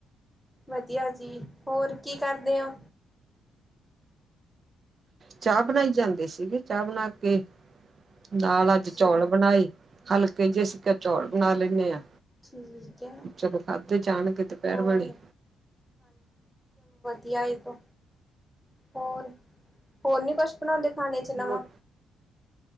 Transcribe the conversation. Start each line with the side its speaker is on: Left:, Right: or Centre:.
Centre: ਵਧੀਆ ਜੀ ਹੋਰ ਕੀ ਕਰਦੇ ਔ।
Right: ਚਾਹ ਬਣਾਈ ਜਾਂਦੇ ਸੀਗੇ, ਚਾਹ ਬਣਾ ਕੇ ਨਾਲ
Centre: ਅੱਛਾ,
Right: ਅੱਜ ਚੌਲ ਬਣਾਏ, ਹਲਕੇ ਜੇਸੀ ਚੌਲ ਬਣਾ ਲੈਂਨੇ ਆ।
Centre: ਠੀਕ ਹੈ
Right: ਚਲੋ ਖਾਧੇ ਜਾਣਗੇ ਦੁਪਹਿਰ
Centre: ਹੋਰ
Right: ਵਾਲੇ।
Centre: ਘਿਆ ਆ ਇਹ ਤੋਂ, ਹੋਰ ਹੋਰ ਨੀ ਕੁਛ ਬਣਾਉਂਦੇ ਖਾਣੇ ਚ ਨਵਾਂ।
Right: ਹੋਰ